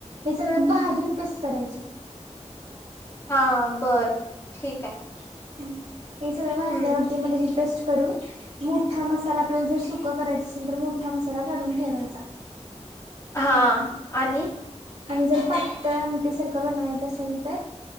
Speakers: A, on the right; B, on the left.
A: हे सगळं भाजून पेस्ट करायचे
B: हा बरं ठीक आहे
A: सगळजल्यावर
B: हम्म
A: म त्या प्रेट करून मसाला आपल्याला जर सुक करायचा असेल तर मोठा मसाला काढून ठेवायचा
B: हा आणि
A: आणि जर पातळ आमटी सारखं बनवायचं असेल तर